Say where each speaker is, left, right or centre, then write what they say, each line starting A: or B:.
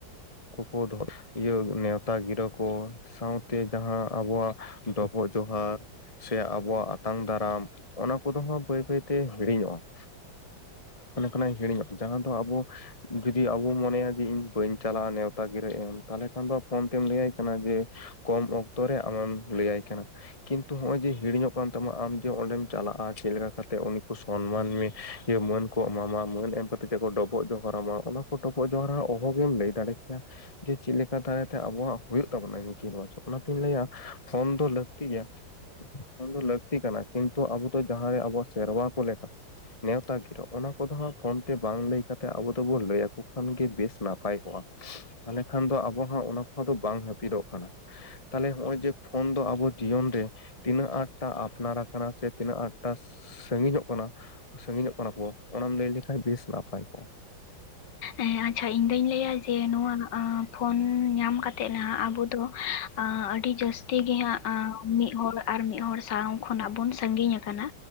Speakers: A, on the left; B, on the left.
A: ᱠᱩᱠᱩ ᱫᱚ ᱤᱭᱟᱹ ᱱᱮᱣᱛᱟ ᱜᱤᱨᱟᱹ ᱠᱚ ᱥᱟᱶᱛᱮ ᱡᱟᱦᱟᱸ ᱟᱵᱚᱣᱟᱜ ᱰᱚᱵᱚᱜ ᱡᱚᱦᱟᱨ ᱥᱮ ᱟᱵᱚᱣᱟᱜ ᱟᱛᱟᱝ ᱫᱟᱨᱟᱢ ᱚᱱᱟ ᱠᱚᱫᱚ ᱦᱚᱸ ᱵᱟᱹᱭ ᱵᱟᱹᱭ ᱛᱮ ᱦᱤᱲᱤᱧᱚᱜ-ᱟ ᱾ ᱚᱱ ᱠᱟᱱᱟ ᱦᱤᱲᱤᱧᱚᱜ ᱡᱟᱦᱟᱸ ᱫᱚ ᱟᱵᱚ ᱡᱩᱫᱤ ᱟᱵᱚ ᱢᱚᱱᱮᱭᱟ ᱡᱮ ᱤᱧ ᱵᱟᱹᱧ ᱪᱟᱞᱟᱜ-ᱟ ᱱᱮᱣᱛᱟ ᱜᱤᱨᱟᱹ ᱮᱢ ᱛᱟᱦᱞᱮ ᱠᱷᱟᱱ ᱫᱚ ᱯᱷᱳᱱ ᱛᱮᱢ ᱞᱟᱹᱭᱟᱭ ᱠᱟᱱᱟ ᱡᱮ ᱠᱚᱢ ᱚᱠᱛᱚ ᱨᱮ ᱟᱢᱮᱢ ᱞᱟᱹᱭᱟᱭ ᱠᱟᱱᱟ᱾ ᱠᱤᱱᱛᱩ ᱱᱚᱜ ᱚᱭ ᱡᱮ ᱦᱤᱲᱤᱧᱚᱜ ᱠᱟᱱ ᱛᱟᱢᱟ ᱟᱢ ᱡᱮ ᱚᱸᱰᱮᱢ ᱪᱟᱞᱟᱜ-ᱟ ᱪᱮᱫ ᱞᱮᱠᱟ ᱠᱟᱛᱮᱜ ᱩᱱᱤᱠᱩ ᱥᱚᱱᱢᱟᱱ ᱢᱮᱭᱟ ᱾ ᱡᱤᱭᱟᱹ ᱢᱟᱹᱱ ᱠᱚ ᱮᱢᱟᱢᱟ ᱢᱟᱹᱱ ᱮᱢ ᱠᱟᱛᱮᱠᱚ ᱰᱚᱵᱚᱜ ᱡᱚᱦᱟᱨᱟᱢᱟ ᱚᱱᱟ ᱠᱚ ᱰᱚᱵᱚᱜ ᱡᱚᱦᱟᱨᱟ ᱚᱦᱚᱜ ᱜᱮᱢ ᱞᱟᱹᱭ ᱫᱟᱲᱮ ᱠᱮᱭᱟ᱾ ᱡᱮ ᱪᱮᱫ ᱞᱮᱠᱟ ᱫᱟᱨᱟᱭᱛᱮ ᱟᱵᱚᱣᱟᱜ ᱦᱩᱭᱩᱜ ᱛᱟᱵᱚᱱᱟ ᱱᱤᱛᱤ ᱨᱚᱣᱟᱡᱽ ᱚᱱᱟᱛᱤᱧ ᱞᱟᱹᱭᱟ ᱯᱷᱳᱱ ᱫᱚ ᱞᱟᱹᱠᱛᱤ ᱜᱮᱭᱟ ᱾ ᱫᱚ ᱞᱟᱹᱠᱛᱤ ᱠᱟᱱᱟ ᱠᱤᱱᱛᱩ ᱟᱵᱚ ᱫᱚ ᱡᱟᱦᱟᱸᱨᱮ ᱟᱵᱚᱣᱟᱜ ᱥᱮᱨᱣᱟ ᱠᱚ ᱞᱮᱠᱟ ᱱᱮᱣᱛᱟ ᱜᱤᱨᱚ. ᱚᱱᱟ ᱠᱚᱫᱚ ᱦᱟᱸᱜ ᱯᱷᱳᱱ ᱛᱮ ᱵᱟᱝ ᱞᱟᱹᱭ ᱠᱟᱛᱮ ᱟᱵᱚ ᱫᱚᱵᱚ ᱞᱟᱹᱭ ᱟᱠᱚ ᱠᱷᱟᱱ ᱜᱮ ᱵᱮᱥ ᱱᱟᱯᱟᱭ ᱠᱚᱜ-ᱟ
B: <inaudible>
A: ᱾ ᱛᱟᱦᱚᱞᱮ ᱠᱷᱟᱱ ᱫᱚ ᱟᱵᱚ ᱦᱚᱸ ᱚᱱᱟ ᱠᱚ ᱫᱚ ᱵᱟᱝ ᱦᱟᱹᱯᱤᱫᱚᱜ ᱠᱟᱱᱟ᱾ ᱛᱟᱦᱞᱮ ᱱᱚᱜᱼᱚᱭ ᱡᱮ ᱯᱷᱳᱱ ᱫᱚ ᱟᱵᱚ ᱡᱤᱭᱚᱱ ᱨᱮ ᱛᱤᱱᱟᱹᱜ ᱟᱴᱴᱟ ᱟᱯᱱᱟᱨ ᱟᱠᱟᱱᱟ ᱥᱮ ᱛᱤᱱᱟᱹᱜ ᱟᱴᱴᱟ ᱥᱟᱺᱜᱤᱧᱚᱜ ᱠᱟᱱᱟ ᱥᱟᱺᱜᱤᱧᱚᱜ ᱠᱟᱱᱟ ᱠᱚ ᱚᱱᱟᱢ ᱞᱟᱹᱭ ᱞᱮᱠᱷᱟᱱ ᱵᱮᱥ ᱱᱟᱯᱟᱭ ᱠᱚᱜ-ᱟ᱾
B: ᱮᱸ ᱟᱪᱪᱷᱟ ᱤᱧ ᱫᱩᱧ ᱞᱟᱹᱭᱟ ᱡᱮ ᱱᱚᱣᱟ ᱯᱷᱳᱱ ᱧᱟᱢ ᱠᱟᱛᱮᱜ ᱱᱟᱜ ᱟᱵᱚ ᱫᱚ ᱟᱹᱰᱤ ᱡᱟᱹᱥᱛᱤ ᱜᱮ ᱦᱟᱸᱜ ᱢᱤᱫ ᱦᱚᱲ ᱟᱨ ᱢᱤᱫ ᱦᱚᱲ ᱥᱟᱶ ᱠᱷᱚᱱᱟᱜ ᱵᱚᱱ ᱥᱟᱺᱜᱤᱧ ᱟᱠᱟᱱᱟ,